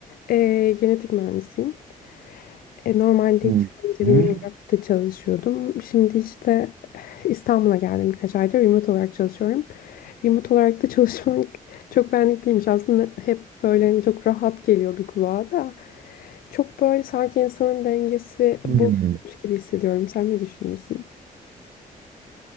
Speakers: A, on the left; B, on the right.
A: ee, genetik mühendisiyim. E, normalde
B: Hı
A: iki senedir
B: hı.
A: benim New York'ta çalışıyordum. Şimdi işte İstanbul'a geldim birkaç aydır. Remote olarak çalışıyorum. Remote olarak da çalışmak <laughs> çok benlik değilmiş. Aslında hep böyle hani çok rahat geliyordu kulağa da. Çok böyle sanki insanın dengesi
B: Hı.
A: bozulmuş gibi hissediyorum. Sen ne düşünüyorsun?